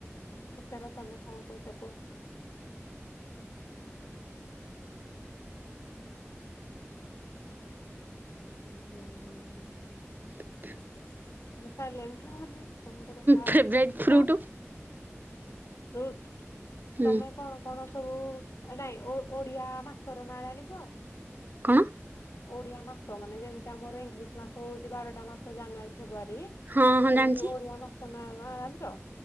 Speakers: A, on the left; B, on the right.
A: ପଚାର ତମେ କଣ କହୁଛ କୁହ? ହୁଁ ହୁଁ ହୁଁ।
B: <inaudible>
A: ସାଇଲେଣ୍ଟ ରେ ମାନେ କଣ ଗୋଟେ କଥା ହବ
B: ଫେବରାଇଟ ଫ୍ରୁଟ
A: ତ ରୁଟ
B: ହୁଁ
A: ତମେ କଣ? କଣ ସବୁ ନାଇଁ ଓଡିଆ ମାସର ନାଁ ଜାଣିଛ?
B: କଣ?
A: ଓଡିଆ ମାସ ମାନେ ଯେମିତି ଆମର ଇଂଲିଶ ମାସ ହଉଛି ବାରଟା ମାସ ଜାନୁଆରୀ ଫେବୃଆାରୀ ସେମିତି
B: ହଁ ହଁ ଜାଣିଛି
A: ଓଡିଆ ମାସ ନା ଜାଣିଛ?